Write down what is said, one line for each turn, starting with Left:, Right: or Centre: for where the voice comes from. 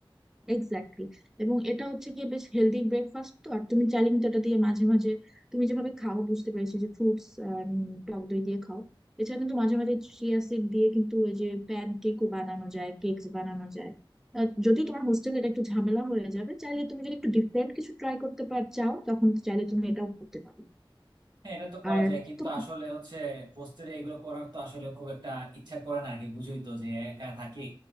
Centre: এক্স্যাক্টলি এবং এটা হচ্ছে গিয়ে বেশ হেলদি ব্রেকফাস্ট তো আর তুমি চাইলে কিন্তু এটা দিয়ে মাঝে মাঝে তুমি যেভাবে খাও বুঝতে পেরেছি যে ফ্রুটস টক দই দিয়ে খাও এছাড়া কিন্তু মাঝে মাঝে চিয়া সিড দিয়ে কিন্তু ওই যে প্যান কেকও বানানো যায় কেকস বানানো যায় আহ, যদি তোমার হোস্টেলে এটা একটু ঝামেলা হয়ে যাবে চাইলে তুমি যদি একটু ডিফারেন্ট কিছু ট্রাই করতে পার চাও তখন চাইলে তুমি এটাও করতে পারো
Right: হ্যাঁ এটা তো করা
Centre: আর
Right: যায় কিন্তু
Centre: তোমার
Right: আসলে হচ্ছে হোস্টেলে এগুলো করার তো আসলে খুব একটা ইচ্ছা করে না আর কি বুঝোই তো যে একা থাকি